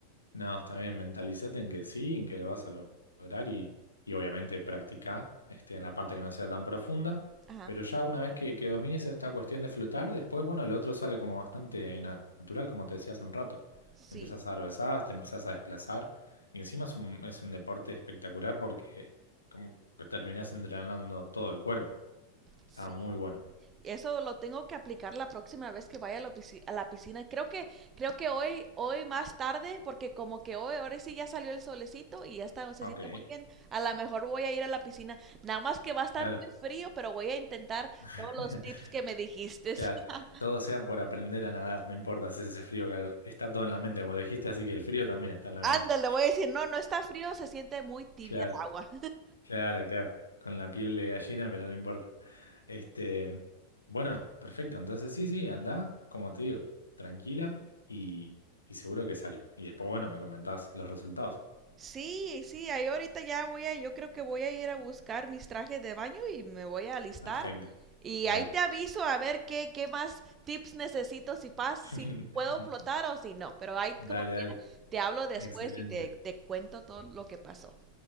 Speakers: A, on the left; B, on the right.
A: No, está bien, mentalicete en que sí, en que lo vas a lo- lograr y, y obviamente practicá este, en la parte que no sea tan profunda,
B: Ajá.
A: pero ya una vez que, que domines esta cuestión de flotar, después, bueno, lo otro sale como bastante natural, como te decía hace un rato.
B: Sí.
A: Empiezas a dar brazadas, te empiezas a desplazar y encima es un, es un deporte espectacular porque como que terminás entrenando todo el cuerpo.
B: Sí.
A: Está muy bueno.
B: Eso lo tengo que aplicar la próxima vez que vaya a la, pisci- a la piscina. Creo que, creo que hoy, hoy más tarde, porque como que hoy, ahora sí ya salió el solecito y ya está, se
A: Ok,
B: siente muy bien. A lo mejor voy a ir a la piscina. Nada más que va a estar
A: claro.
B: muy frío, pero voy a intentar
A: <laughs>
B: todos los tips que me dijiste.
A: Claro,
B: <laughs>
A: todo sea por aprender a nadar, no importa si hace frío o calor. Está todo en la mente, como lo dijiste, así que el frío también está en la
B: Ándale,
A: mente.
B: voy a decir, no, no está frío, se siente muy tibia
A: Claro,
B: el agua.
A: claro, claro. Con la piel de gallina, pero no importa. Este, bueno, perfecto. Entonces sí, sí, anda, como te digo, tranquila y, y seguro que sale. Y después, bueno, me comentás los resultados.
B: Sí, sí, ahí ahorita ya voy a, yo creo que voy a ir a buscar mis trajes de baño y me voy a alistar.
A: Perfecto,
B: Y
A: dale.
B: ahí te aviso a ver qué, qué más tips necesito, si pas, si
A: <laughs>
B: puedo flotar o si no. Pero ahí como
A: Dale,
B: quiera,
A: dale.
B: te hablo después
A: Excelente.
B: y te, te cuento todo lo que pasó.